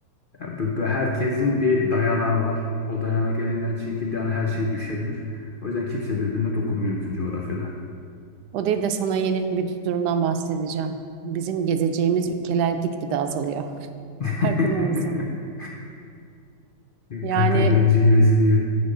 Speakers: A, on the left (about 60°); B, on the right (about 75°).
A: Yani bu- bu herkesin bir dayanağı var. O dayanak elinden çekildiği an her şey düşebilir. O yüzden kimse birbirine dokunmuyor bizim coğrafyada.
B: O değil de sana yeni bir durumdan bahsedeceğim. Bizim gezeceğimiz ülkeler gitgide azalıyor. <laughs>
A: <laughs>
B: Farkında mısın? Yani
A: Ka- Kaderin cilvesi diye.